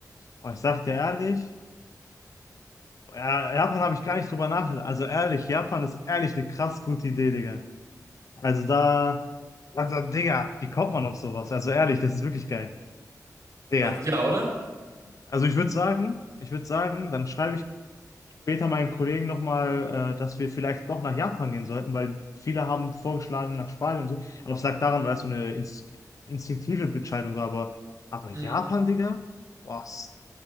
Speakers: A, on the left; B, on the right.
A: Boah, ich sag dir ehrlich, ja, Japan habe ich gar nicht drüber nachgedacht. Also ehrlich, Japan ist ehrlich eine krass gute Idee, Digga. Also da. Also, Digga, wie kommt man auf sowas? Also ehrlich, das ist wirklich geil. Digga.
B: Na, ja, oder?
A: Also ich würde sagen, ich würde sagen, dann schreibe ich später meinen Kollegen nochmal, äh, dass wir vielleicht doch nach Japan gehen sollten, weil viele haben vorgeschlagen nach Spanien und so. Aber es lag daran, weil es so eine ins- instinktive Entscheidung war. Aber, aber Japan,
B: Mhm.
A: Digga? was?